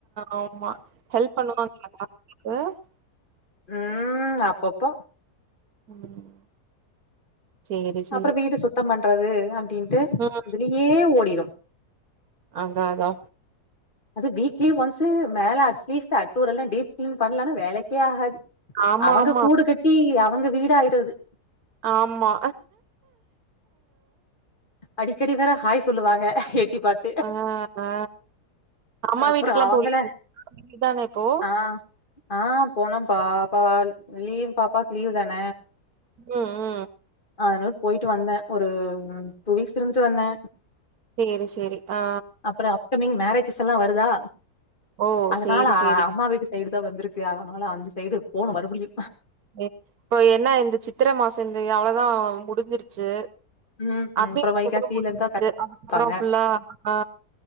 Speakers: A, on the right (about 70°); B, on the left (about 30°).
A: ஆமா ஹெல்ப் பண்ணுவாங் <unintelligible>
B: ம் அப்பப்போ
A: ம் சேரி சேரி
B: அப்பறோ வீடு சுத்தம் பண்றது அப்டின்ட்டு
A: ம்
B: இதுலயே ஓடிடு
A: அதா அதா
B: அது வீக்லி ஒன்ஸ்சு மேல அட்லீஸ்ட் அட்டுர எல்லா டீப் கிளீன் பண்ணலன்னா வேலேக்கே ஆகாது
A: ஆமா
B: அவங்க
A: ஆமா
B: கூடு கட்டி அவங்க வீட ஆயிடுறது
A: ஆமா
B: அடிக்கடி வேற ஹாய் சொல்லுவாங்க எட்டி பாத்
A: ஆ ஆ அம்மா
B: அப்புறோ
A: வீட்டுக்கெல்லா
B: அவங்கள
A: போலியோ இத்தானே இப்போ
B: ஆ ஆ போனப்பா பா லீவ் பாப்பாக்கு லீவ் தான
A: ம் ம்
B: அதனால போய்ட்டு வந்தே ஒரு டூ வீக்ஸ் இருந்துட்டு வந்தே
A: செரி செரி ஆ
B: அப்றோ அப்கமிங் மேரேஜஸ் எல்லா வருதா
A: ஓ
B: அதனால
A: சேரி சேரி
B: அம்மா வீடு சைடு தா வந்திருக்கு அதனால அந்த சைடு போனு மறுபடியு
A: இப்போ என்ன இந்த சித்திர மாசம் இந்த அவ்ளோதா முடிஞ்சிருச்சு
B: ம் ம்
A: அப்டி
B: அப்புறோ வைகாசியில
A: குத்தனம் போல முஞ்சுச்சு
B: இருந்தா
A: அதுக்கப்பறோ
B: கண்டிப்பாங்க
A: ப்புல்லா ஆ